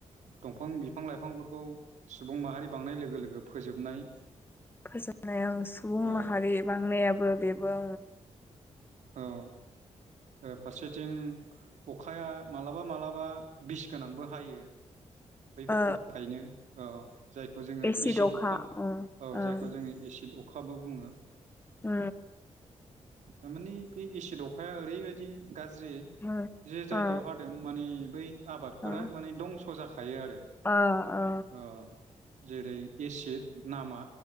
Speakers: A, on the right; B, on the left.
A: दंफां बिफां लाइफां बिफांफोरखौ सुबुं माहारि बांनाय लोगो लोगो फोजोबनाय
B: फोजोबनायाव सुबुं
A: औ
B: माहारि बांनायाबो बेबो
A: औ फारसेथिं अखाया मालाबा मालाबा बिस गोनांबो हायो। बैफोरनि
B: ओ
A: थाखायनो औ जायखौ जोङो
B: एसिड
A: एसिद अखा
B: ओ
A: औ
B: ओं
A: जायखौ जोङो एसिद अखाबो बुङो।
B: ओ
A: थारमानि बे एसिद अखाया ओरैबायदि गाज्रि
B: उम
A: जे जायगायाव
B: ओ
A: माने बै आबादफोरा
B: ओ
A: माने दंस' जाखायो आरो
B: ओ ओ
A: अ जेरै एसिद नामा